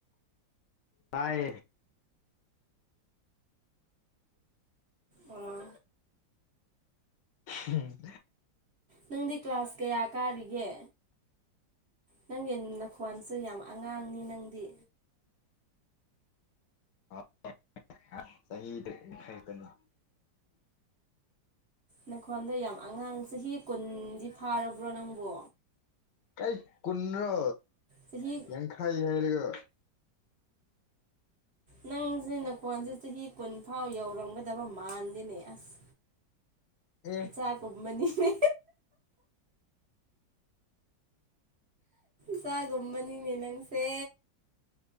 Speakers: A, on the left; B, on the right.
A: ꯇꯥꯏ
B: ꯑꯣ
A: ꯎꯝ
B: ꯅꯪꯗꯤ ꯀ꯭ꯂꯥꯁ ꯀꯌꯥ ꯀꯥꯔꯤꯒꯦ ꯅꯪꯒꯤ ꯅꯈꯣꯟꯁꯨ ꯌꯥꯝ ꯑꯉꯥꯡꯅꯤ ꯅꯪꯗꯤ
A: ꯑ ꯍ ꯈꯥꯏ ꯀꯅꯤ
B: ꯅꯈꯣꯟꯗ ꯌꯥꯝ ꯑꯉꯥꯡ ꯆꯍꯤ ꯀꯨꯟꯗꯤ ꯐꯥꯔꯕ꯭ꯔꯣ ꯅꯪꯕꯣ
A: ꯀꯥꯏ ꯀꯨꯟ꯭ꯔꯣ
B: ꯆꯍꯤ
A: ꯌꯦꯡ ꯈꯥꯏꯉꯔꯒ
B: ꯅꯪꯁꯦ ꯅꯀꯣꯟꯁꯦ ꯆꯍꯤ ꯀꯨꯟ ꯐꯥꯎ ꯌꯧꯔꯝꯒꯗꯕ ꯃꯥꯟꯗꯦꯅꯦ ꯑꯁ
A: ꯑꯦ
B: ꯏꯆꯥꯥ ꯀꯃꯅꯤꯅꯦ ꯆꯒꯝꯕꯅꯤ ꯅꯅꯪꯁꯦ